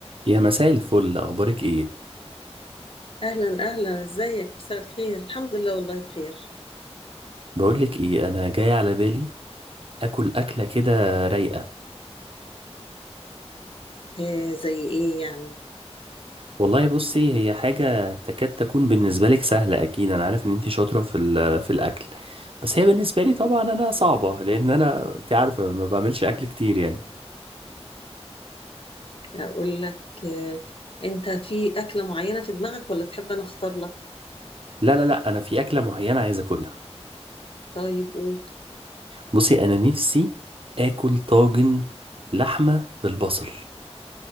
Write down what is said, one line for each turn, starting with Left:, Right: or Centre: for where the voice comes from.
Right: يا مساء الفل اخبارك ايه
Left: أهلا أهلا إزيك مساء الخير الحمد لله والله بخير
Right: بقولك ايه انا جاي على بالي اكل اكله كده رايقه
Left: إيه زي إيه يعني
Right: والله بصي هي حاجه تكاد تكون بالنسبه لك سهله اكيد انا عارف ان انت شاطره في ال- في الاكل بس هي بالنسبه لي طبعا انا صعبه لان انا انت عارفه ما بعملش اكل كتير يعني
Left: أقول لك إيه أنت في أكلة معينة في دماغك ولا تحب أنا أختار لك
Right: لا لا لا انا في اكله معينه عايز اكلها
Left: طيب قول
Right: بصي انا نفسي اكل طاجن لحمه بالبصل